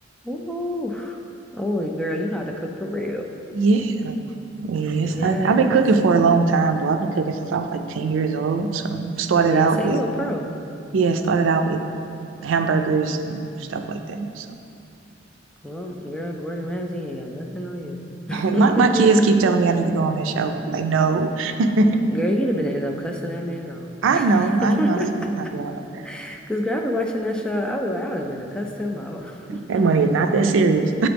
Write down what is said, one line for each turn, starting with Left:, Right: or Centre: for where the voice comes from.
Centre: Ooh. Oh, girl, you know how to cook for real.
Right: yeah. Yes,
Centre: Yes.
Right: I, I've been cooking for a long time though. I've been cooking since I was like 10 years old. So started
Centre: Oh, yeah.
Right: out
Centre: So
Right: with
Centre: you
Right: Nice.
Centre: a pro.
Right: yeah, started out with hamburgers and stuff like that. so
Centre: Well, girl, Gordon Ramsay ain't got nothing on you.
Right: <laughs> My my kids keep telling
Centre: <laughs>
Right: me I need to go on that show. Like, no. <laughs>
Centre: Girl, you'd have been end up cussing that man out.
Right: I know,
Centre: <laughs>
Right: I know. That's I'm not going on there.
Centre: Because, girl, I be watching that show. I'll be like, I would have been to cuss him out. <laughs>
Right: That money is not that serious.